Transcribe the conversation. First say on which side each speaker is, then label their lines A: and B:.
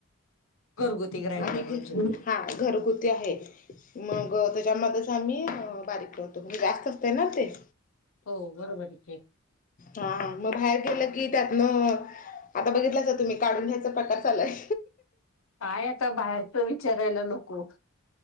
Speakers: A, on the left; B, on the left.
A: घरगुती ग्राइंडर
B: आणि
A: म्हणजे
B: हा घरगुती आहे. मग त्याच्यामध्येच आम्ही बारीक करतो. जास्त असतंय ना ते
A: हो बरोबर ठीक हे.
B: हा मग बाहेर गेलं की त्यातलं. आता बघितलासा तुम्ही काढून घ्यायचा प्रकार चालाय.
A: हाय आता बाहेरच विचारायला नको.